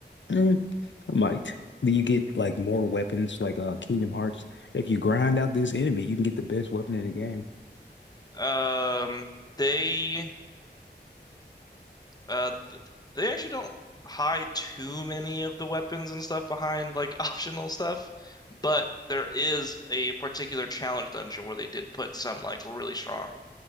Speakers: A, on the left; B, on the left.
A: Mm, I might. Do you get like more weapons like uh Kingdom Hearts? If you grind out this enemy, you can get the best weapon in the game.
B: Um, they Uh, th they actually don't hide too many of the weapons and stuff behind like <laughs> optional stuff, but there is a particular challenge dungeon where they did put some like really strong